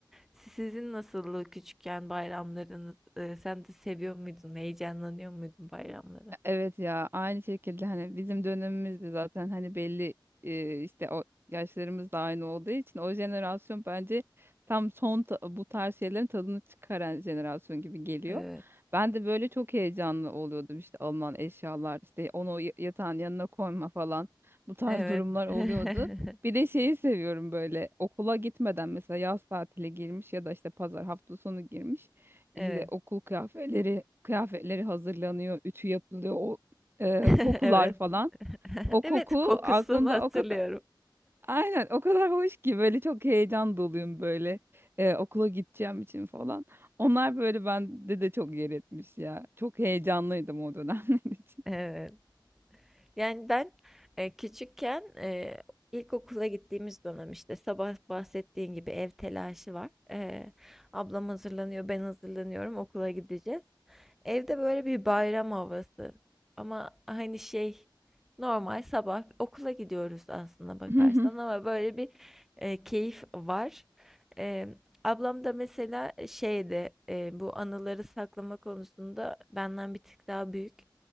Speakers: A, in the centre; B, on the right (about 30°).
A: Si- Sizin nasıldı küçükken bayramlarınız? E, sen de seviyor muydun? Heyecanlanıyor muydun bayramlara?
B: Evet ya aynı şekilde hani bizim dönemimizde zaten hani belli e, işte o yaşlarımız da aynı olduğu için o jenerasyon bence tam son ta- bu tarz şeylerin tadını çıkaran jenerasyon gibi geliyor.
A: Evet.
B: Ben de böyle çok heyecanlı oluyordum işte alınan eşyalar işte onu y- yatağın yanına koyma falan bu tarz
A: Evet.
B: durumlar
A: <laughs>
B: oluyordu. Bir de şeyi seviyorum böyle okula gitmeden mesela yaz tatile girmiş ya da işte pazar hafta sonu girmiş işte
A: Evet.
B: okul kıyafetleri kıyafetleri hazırlanıyor, ütü yapılıyor, o e,
A: <laughs>
B: kokular
A: Evet.
B: falan.
A: <laughs>
B: O
A: Evet,
B: koku
A: kokusunu
B: aklımda
A: hatırlıyorum.
B: o kadar aynen o kadar hoş ki böyle çok heyecan doluyum böyle e, okula gideceğim için falan. Onlar böyle bende de çok yer etmiş ya. Çok heyecanlıydım o dönemler için.
A: Evet. Yani ben e, küçükken e, ilkokula gittiğimiz dönem işte sabah bahsettiğin gibi ev telaşı var. E, ablam hazırlanıyor, ben hazırlanıyorum, okula gideceğiz. Evde böyle bir bayram havası. Ama hani şey normal sabah okula gidiyoruz aslında bakarsan
B: <laughs>
A: ama böyle bir e, keyif var. E, ablam da mesela şeyde e, bu anıları saklama konusunda benden bir tık daha büyük.